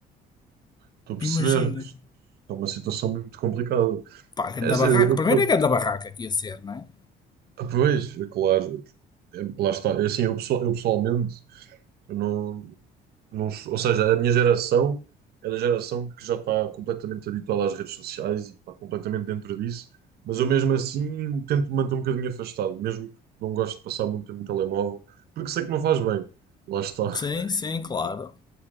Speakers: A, on the right; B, on the left.
A: Estou a perceber.
B: Imagina.
A: Isto é uma situação muito complicada.
B: Pá, ganda
A: É assim,
B: barraca.
A: eu, eu,
B: Primeiro
A: eu-
B: é ganda barraca que ia ser, não é?
A: pois, é claro. É, lá está. É assim, eu, pessoal- eu pessoalmente eu não. Não sou- ou seja, a minha geração é da geração que já está completamente habituada às redes sociais e está completamente dentro disso, mas eu mesmo assim tento me manter um bocadinho afastado, mesmo que não gosto de passar muito tempo no telemóvel, porque sei que não faz bem, lá está.
B: Sim, sim, claro.